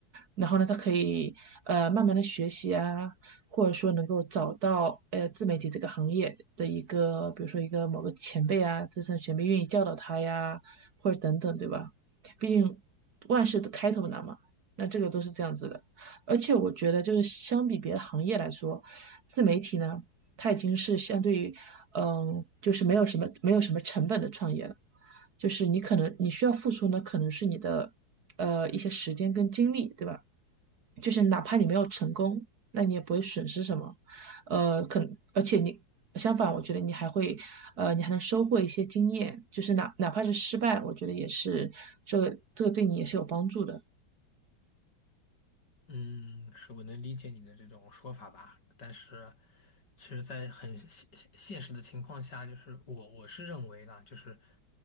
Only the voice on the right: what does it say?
然后呢，他可以呃慢慢的学习啊，或者说能够找到呃自媒体这个行业的一个，比如说一个某个前辈啊，资深前辈愿意教导他呀，或者等等，对吧？毕竟万事的开头难嘛，那这个都是这样子的。而且我觉得，就是相比别的行业来说，自媒体呢，它已经是相对于，嗯，就是没有什么没有什么成本的创业了，就是你可能你需要付出呢，可能是你的呃一些时间跟精力，对吧？就是哪怕你没有成功，那你也不会损失什么，呃，可而且你相反，我觉得你还会呃你还能收获一些经验，就是哪哪怕是失败，我觉得也是这个这个对你也是有帮助的，